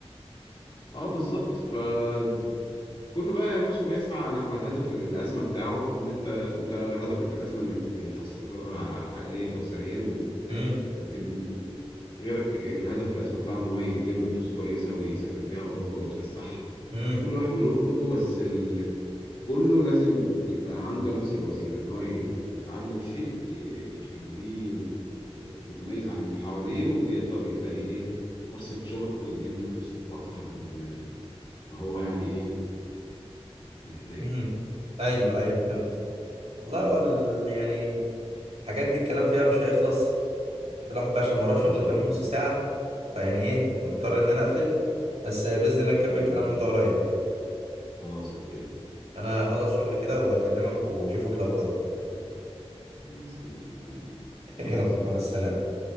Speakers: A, on the left (about 50°); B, on the right (about 85°).
A: اه بالظبط فكله بقى يا باشا بيسعى نحو الهدف الاسمى بتاعه ان انت انت هدفك الاسمى انك ت- تستقر ع- عائليا اسريا وت...
B: امم
A: وتبني بيت. غيرك الهدف الاسمى بتاعه ان هو يلم فلوس كويسة ويسافر بيها اوروبا ويتفسح
B: امم
A: كل واحد وله هدفه بس كله لازم يبقى عنده نفس الوسيلة إن هو ي- يتعلم شيء ي- يخليه مت- متميز عن اللي حواليه ويقدر يلاقي إيه فرصة شغل تجيب له فلوس أكتر من ما هو يعني إيه محتاج
B: امم ايوه ايوه فهمت والله هو ال- يعني الحاجات دي الكلام فيها مش هيخلص الواحد بقى عشان وراه شغل
A: بالظبط
B: كمان نص ساعه فيعني ايه مضطر ان انا اقفل بس باذن الله
A: أوكي
B: نكمل كلامنا ده قريب
A: خلاص أوكي
B: انا خلص شغل كده وهكلمك واشوفك لو فاضي
A: خلاص تمام حبيبي
B: <laughs>
A: يلا
B: يلا
A: سلام
B: مع السلامه